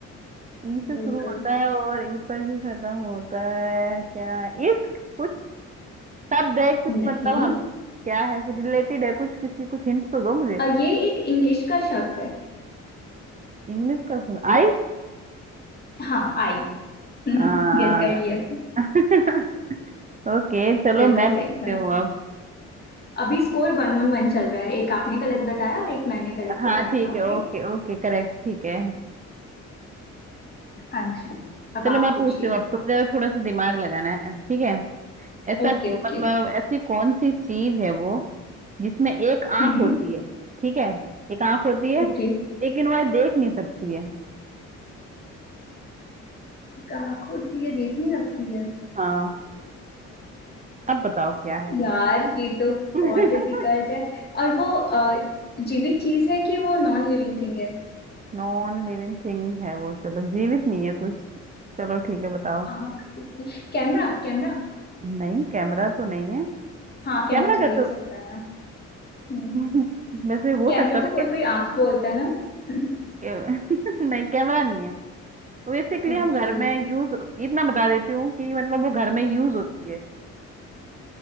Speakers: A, on the right; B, on the left.
A: ई से
B: बिल्कुल
A: शुरू होता है और ई पर ही खत्म होता है क्या इश्क कुछ सब देख कुछ
B: नहीं
A: मतलब हम क्या है कुछ रिलेटेड है कुछ किसी कुछ हिंट तो दो मुझे
B: अ, ये एक इंग्लिश का शब्द है
A: इंग्लिश का सुन आई
B: हाँ आई <laughs>
A: आ,
B: गेस कर लिया
A: <laughs> ओके चलो
B: बिल्कुल
A: मैं पूछती
B: सही था
A: हूँ अब
B: अभी स्कोर वन ऑन वन चल रहा है एक आपने गलत बताया और एक मैंने गलत
A: हाँ
B: बताया
A: ठीक
B: था
A: है
B: ओके
A: ओके ओके करेक्ट ठीक है
B: हाँ जी अब
A: चलो
B: आप
A: मैं
B: पूछिए
A: पूछती हूँ अब तुम जरा थोड़ा सा दिमाग लगाना है ठीक है ऐसा
B: Okay
A: मतलब
B: okay
A: ऐसी कौन सी चीज है वो जिसमें एक आंख
B: हम्म
A: होती है ठीक है एक आंख होती है
B: ओके
A: लेकिन वह देख नहीं सकती है
B: आंख होती है देख नहीं सकती है
A: हाँ अब बताओ क्या है
B: यार ये तो
A: <laughs>
B: बहुत डिफिकल्ट है और वो अ, जीवित चीज है कि वो नॉन लिविंग थिंग है
A: नॉन लिविंग थिंग है वो चलो जीवित नहीं है कुछ चलो ठीक है बताओ
B: आंख किसकी Camera camera
A: नहीं कैमरा तो नहीं है
B: हाँ कैमरा
A: कैमरा
B: तो देख
A: कैसे
B: सकता है ना हम्म
A: हो- <laughs> वैसे हो
B: कैमरे
A: सकता
B: को
A: था
B: कोई
A: कै,
B: कोई आंख बोलता है ना <laughs>
A: कै, <laughs> नहीं कैमरा नहीं है तो बेसिकली
B: okay
A: हम घर में यूज इतना बता देती हूँ कि मतलब वो घर में यूज होती है